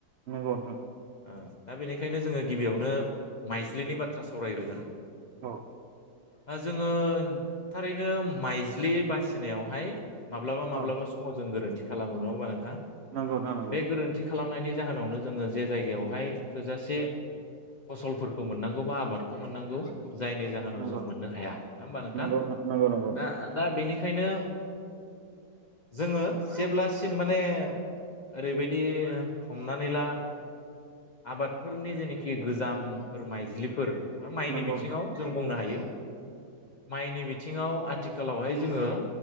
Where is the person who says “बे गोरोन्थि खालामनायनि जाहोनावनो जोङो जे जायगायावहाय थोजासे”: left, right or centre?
Left